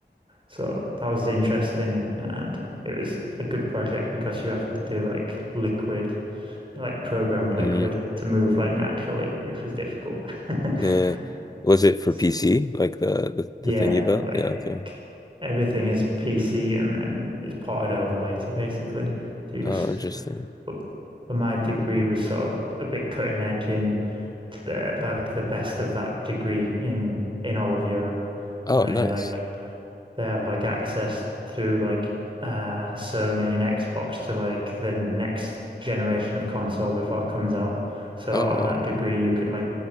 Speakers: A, on the right; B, on the left.
A: So that was interesting, and it was a good project because you have to do like liquid, like program liquid
B: Mm.
A: to move like naturally, which was difficult. <laughs>
B: Yeah. Was it for
A: So,
B: PC? Like the the, the
A: yeah,
B: thing you built?
A: like
B: Yeah, okay.
A: everything is PC and then it's ported over later, basically. So you just,
B: Oh, interesting.
A: but, but my degree was sort of a bit cutting edge in the like the best of that degree in in all of Europe,
B: Oh,
A: and they
B: nice.
A: like they have like access through like uh Sony and Xbox to like the next generation of console before it comes out. So
B: Oh.
A: on that degree, you can like